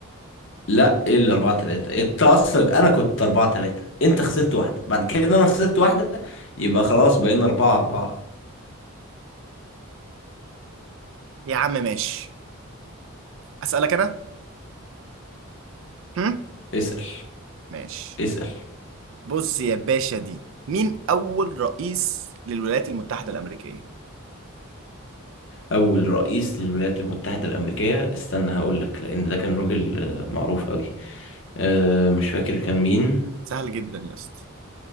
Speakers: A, on the left; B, on the right.
A: لا ايه اللي 4 3 انت اصلا انا كنت 4 3 انت خسرت واحده بعد كده انا خسرت واحده يبقى خلاص بقينا 4 4
B: يا عم ماشي اسالك انا هم؟
A: اسال
B: ماشي
A: اسال
B: بص يا باشا دي مين اول رئيس للولايات المتحده الامريكيه
A: اول رئيس للولايات المتحده الامريكيه استنى هقول لك لان ده كان راجل آه، معروف قوي آه، مش فاكر كان مين
B: سهل جدا يا اسطى